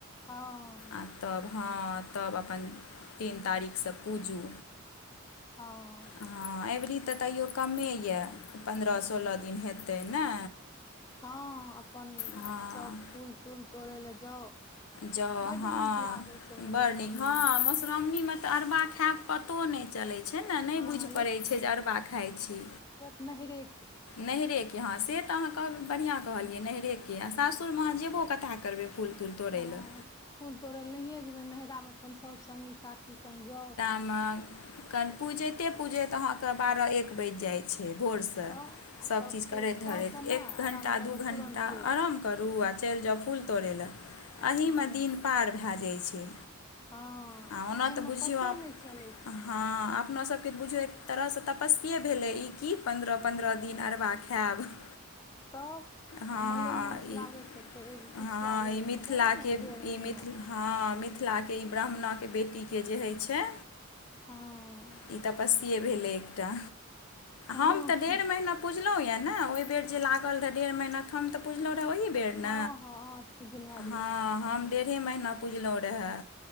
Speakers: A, on the left; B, on the left.
A: हँ
B: आ। तब हँ तब अपन तीन तारीखसँ पूजू।
A: हँ।।
B: हँ अबरी तऽ तैयो क्मे यऽ पन्द्रह सोलह दिन हेतै ने।
A: हँ अपन
B: हँ
A: सब फूल तूल तोड़य लए जाउ।
B: जाउ
A: बड
B: हँ
A: नीक लागे छै मधुश्रावणी
B: बड़ नीक हँ
A: मे
B: मधुश्रावणीमे तऽ अरबा खायब पड़। कतो नहि चलैत छै ने नहि
A: हँ
B: बुझि पड़ैत छै जे अरवा खाइ छी।
A: नहि हर कि।
B: नैरेके हँ से तऽ अहाँ बढ़िआँ कहलियै नैहरेके आ सासुरमे अहाँ जेबो कथा करबै। फूल तूल तोड़ै
A: हँ
B: ल।
A: फूल तोड़ै लए नहिए जेबै नैरामे अपन सभ सङ्गी साथी सङ्ग जाउ।
B: क पूजैते पूजैत अहाँके बारह एक बाजि जाइ छै भोर। से
A: तऽ आ
B: सब
A: तब
B: चीज
A: फेर
B: करैत
A: खाउ
B: धरैत
A: कने
B: एक घण्टा
A: आराम करू
B: दू घण्टा
A: तुरन्त बेर
B: आराम। करू आ चलि जाउ फूल तोड़य लऽ एहिहमे
A: हँ
B: दिन पार भए जाइ छै।।
A: हँ
B: आ ओना
A: एहिमे
B: तऽ बुझियौ
A: पतो
B: आब
A: नहि चलैत छै।।
B: हँ अपना सबके तऽ बुझिय एक तरहसँ तपस्ये भेलै ई कि पन्द्रह पन्द्रह दिन अरबा खायब। <inaudible>
A: तब।
B: हँ
A: आ मलेमास
B: ई
A: लागै छै तऽ एगो पिछिला
B: हँ
A: बेर
B: ई मिथिलाके
A: भेलै रह ने डेढ़
B: ई
A: महीनाके।
B: मिथिल हँ मिथिलाके ई ब्राह्मणाके बेटीके जे होइत छै।
A: हँ।।
B: ई तपस्ये भेलै एकटा
A: हँ
B: हम तऽ डेढ़
A: हँ
B: मना। पुझलहुॅँ यऽ ने ओहि बेर जे लागल रहै डेढ़ महीना तऽ हम तऽ।
A: हँ हाथ पुजने रहियै
B: हां हम। डेढ़े महिना पुजलहुँ रहए।